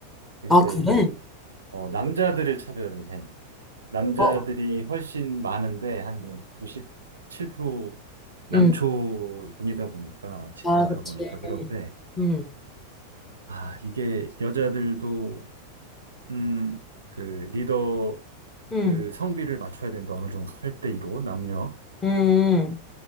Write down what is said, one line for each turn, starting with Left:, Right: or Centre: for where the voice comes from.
Right: 근데,
Left: 아, 그래?
Right: 어, 남자들을 차별을 해. 남자들이
Left: 어,
Right: 훨씬 많은데 한 97% 남초군이다
Left: 음.
Right: 보니까 직군이다
Left: 아, 그치.
Right: 보니까 그런데
Left: 음,
Right: 아 이게 여자들도 음 그 리더
Left: 음,
Right: 그 성비를 맞춰야 된다 어느 정도 8대 이로 남녀
Left: 음,